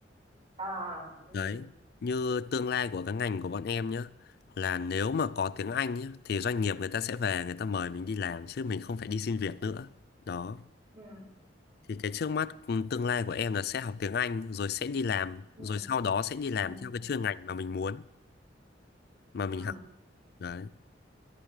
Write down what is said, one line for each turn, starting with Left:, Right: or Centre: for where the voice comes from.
Right: à, ừ,
Left: đấy như tương lai của cái ngành của bọn em nhá là nếu mà có tiếng Anh nhá thì doanh nghiệp người ta sẽ về người ta mời mình đi làm chứ mình không phải đi xin việc nữa đó
Right: ừ,
Left: thì cái trước mắt ừ, tương lai của em là sẽ học tiếng Anh rồi sẽ đi làm
Right: ừ,
Left: rồi sau đó sẽ đi làm
Right: ừ,
Left: theo cái chuyên ngành mà mình muốn mà mình
Right: ừ.
Left: học. Đấy.